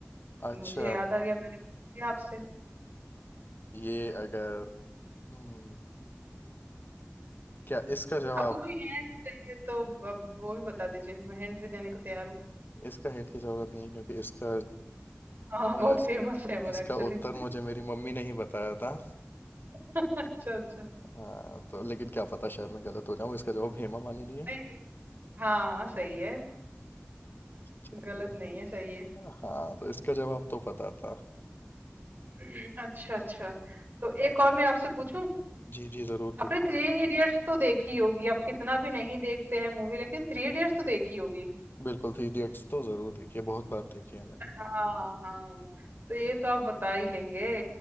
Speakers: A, on the left (about 45°); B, on the right (about 45°).
A: अच्छा
B: मुझे याद आ गया मैंने पूछ लिया आपसे
A: ये अगर हम्म, क्या इसका जवाब
B: आपको कोई हिंट चाहिए तो अब वो भी बता दीजिए मैं हिंट भी देने को तैयार हूँ
A: इसका हिंट की जरूरत नहीं है, क्योंकि इसका
B: हाँ बहुत
A: इस,
B: फेमस है वो
A: इसका
B: एक्चुअली
A: उत्तर मुझे मेरी मम्मी ने ही बताया था
B: <laughs> अच्छा अच्छा
A: हाँ तो लेकिन क्या पता शायद मैं गलत हो जाऊं इसका जवाब हेमा मालिनी
B: नहीं
A: है
B: नहीं हाँ हाँ सही है
A: चलिए
B: गलत नहीं है सही है
A: हाँ तो इसका जवाब तो पता था
B: <clears throat> अच्छा अच्छा तो एक और मैं आपसे पूछूं
A: जी जी जरूर
B: आपने
A: पूछिए
B: थ्री इडियट्स तो देखी होगी आप कितना भी नहीं देखते हैं मूवी लेकिन थ्री इडियट्स तो देखी होगी
A: बिल्कुल थ्री इडियट्स तो जरूर देखिए बहुत बार देखी है मैंने
B: हाँ हाँ तो ये तो आप बता ही लेंगे